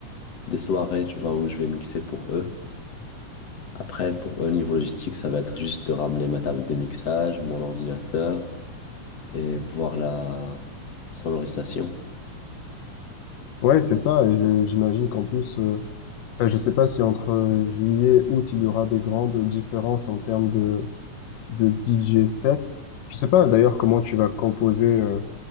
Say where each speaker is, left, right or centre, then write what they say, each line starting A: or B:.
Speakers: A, on the left; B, on the left.
A: deux soirées, tu vois, où je vais mixer pour eux. Après, pour eux, niveau logistique, ça va être juste de ramener ma table de mixage, mon ordinateur et voir la sonorisation.
B: Ouais, c'est ça. Et je- j'imagine qu'en plus, euh, Enfin, je ne sais pas si entre euh, juillet, août, il y aura des grandes différences en termes de, de DJ set. Je ne sais pas d'ailleurs comment tu vas composer euh,